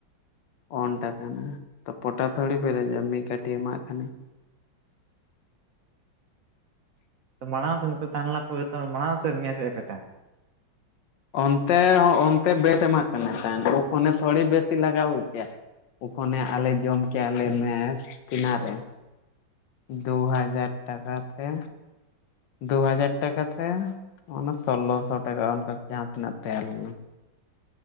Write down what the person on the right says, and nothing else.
ᱢᱟᱲᱟᱝ ᱥᱮᱱ ᱛᱟᱦᱮᱱ ᱞᱮᱱᱟ ᱢᱟᱲᱟᱝ ᱢᱮ ᱯᱟᱛᱟ